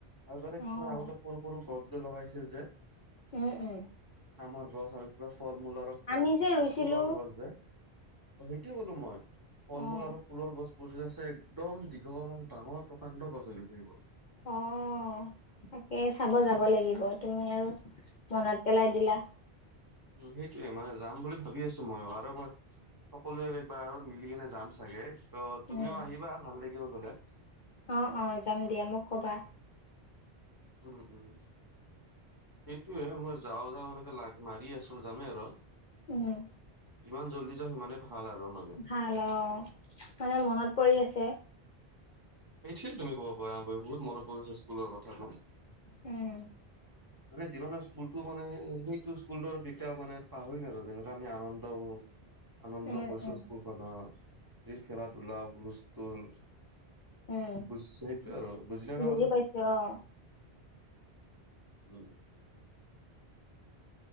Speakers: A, on the right (about 20°); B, on the left (about 50°).
A: আৰু তাতে আগতে
B: অ'
A: সৰু-সৰু গছটো লগাইছিল যে।
B: উম, উম।
A: আমৰ গছ আৰু কিবা ফল-মূল আৰু ফল,
B: আমি যে ৰুইছিলো।
A: ফুলৰ গছ যে অ', সেইটোয়ে ক'লো মই। ফল-মূল
B: অ'।
A: আৰু ফুলৰ গছবোৰ যে আছে একদম দীঘল আৰু ডাঙৰ প্ৰকাণ্ড গছ হৈ গৈছে সেইবোৰ।
B: অ' তাকে চাব যাব লাগিব, তুমি আৰু মনত পেলাই দিলা।
A: <unintelligible> যাম বুলি ভাবি আছো মইও আৰু এবাৰ সকলোৱে এইবাৰ মিলি কিনে যাম চাগে, ত' তুমিও
B: উম
A: আহিবা ভাল লাগিব গলে।
B: অ', অ' যাম দিয়া মোক কবা।
A: উম', উম' সেইটোয়ে মই যাও যাওঁ এনেকে লাগ মাৰি আছো যামে আৰু
B: উম'
A: যিমান জল্দি যাওঁ সিমানে ভাল আৰু মানে
B: ভাল অ' মানে মনত পৰি আছে
A: সেইটোয়ে তুমি ক'ব পাৰা, বহুত মনত পৰিছে স্কুলৰ কথাটো
B: উম'
A: মানে জীবনৰ স্কুলটো মানে সেইটো স্কুলতো আৰু কেতিয়াও মানে পাহৰি নাযাওঁ, যেনেকুৱা আমি আনন্দ কৰো আনন্দ
B: উম
A: কৰিছো
B: উম
A: স্কুলখনত, এই খেলা ধূলা হুলস্থুল
B: উম।
A: বুজিছো সেইটো আৰু, বুজিলা ন
B: বুজি
A: কথাটো?
B: পাইছো অ'
A: উ'